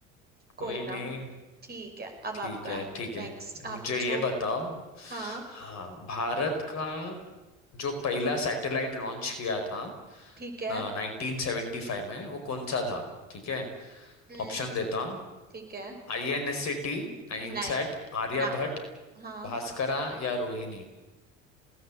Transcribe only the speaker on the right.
कोई ना
ठीक है अब
आपका
नेक्स्ट
आप पूछो
हाँ
ठीक है
हम्म
ठीक है
नहीं
ना हाँ